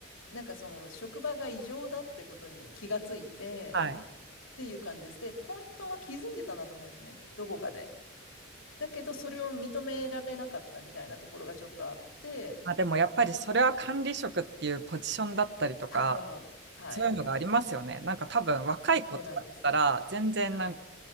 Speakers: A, on the left; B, on the right.
A: なんかその職場が異常だってことに気がついて、
B: はい。
A: っていう感じです。で、本当は気づいてたんだと思うんですね。どこかで。だけど、それを認められなかったみたいなところがちょっとあって、
B: まあでもやっぱりそれは管理職っていうポジションだったりとか、
A: 多分、はい。
B: そういうのがありますよね。なんか多分若い子とかだったら、
A: そうなんです。
B: 全然なんか
A: はい。